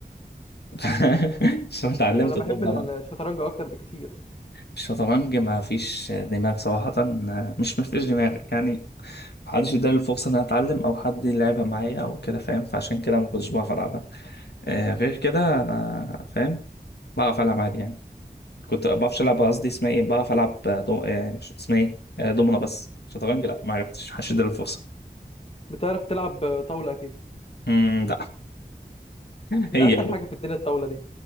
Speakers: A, on the left; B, on the left.
A: <laughs> عشان اتعلمت
B: انا بحب
A: الدومنه
B: الشطرنج
A: بقى
B: اكتر بكتير
A: الشطرنج ما فيش دماغ صراحه مش ما فيش دماغ يعني محدش اداني الفرصه ان انا اتعلم او حد يلعبها معايا او كده فاهم فعشان كده ما كنتش بعرف العبها آه غير كده انا فاهم بعرف العب عادي يعني كنت بعرفش العب قصدي اسمها ايه بعرف العب دو... آه، اسمها ايه آه، دومنه بس شطرنج لا ما عرفتش محدش اداني الفرصه
B: بتعرف تلعب طاولة اكيد
A: امم لا <laughs>
B: ده
A: هي
B: اسهل حاجة في الدنيا الطاولة دي